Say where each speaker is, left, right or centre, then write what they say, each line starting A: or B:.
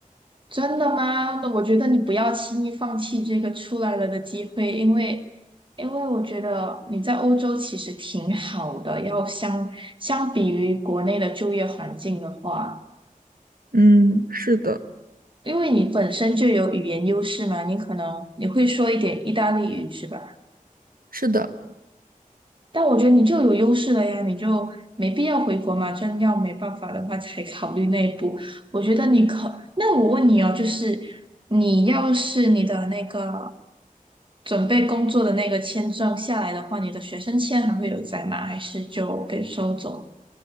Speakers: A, on the right; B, on the right.
A: 真的吗？那我觉得你不要轻易放弃这个出来了的机会，因为，因为我觉得你在欧洲其实挺好的，要相相比于国内的就业环境的话，
B: 嗯，是的，
A: 因为你本身就有语言优势嘛，你可能你会说一点意大利语是吧？
B: 是的，
A: 但我觉得你就有优势了呀，你就没必要回国嘛。真要没办法的话，才考虑内部。我觉得你可，那我问你哦，就是你要是你的那个准备工作的那个签证下来的话，你的学生签还会有在吗？还是就被收走？